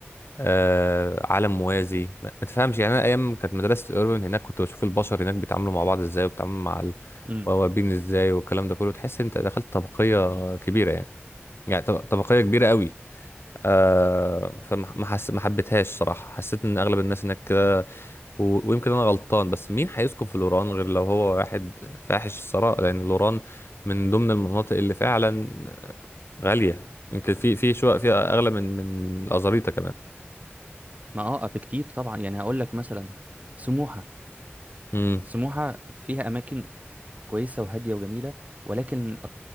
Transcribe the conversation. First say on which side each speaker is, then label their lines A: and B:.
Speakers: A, on the left (about 65°); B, on the right (about 35°).
A: آه، عالم موازي ما ما تفهمش يعني انا ايام كانت مدرسه الاوربن هناك كنت بشوف البشر هناك بيتعاملوا مع بعض ازاي وبيتعاملوا مع
B: مم.
A: البوابين ازاي والكلام ده كله تحس انت دخلت طبقيه كبيره يعني يعني طب- طبقيه كبيره قوي آه فما ما حس... ما حبيتهاش صراحه حسيت ان اغلب الناس هناك كده و... ويمكن انا غلطان بس مين هيسكن في لوران غير لو هو واحد فاحش الثراء لان لوران من ضمن المناطق اللي فعلا غاليه يمكن في في شقق فيها اغلى من من الازاريطه
B: ما اه بكتير طبعا يعني هقول لك مثلا سموحة
A: كمان
B: سموحة فيها اماكن كويسة وهادية وجميلة ولكن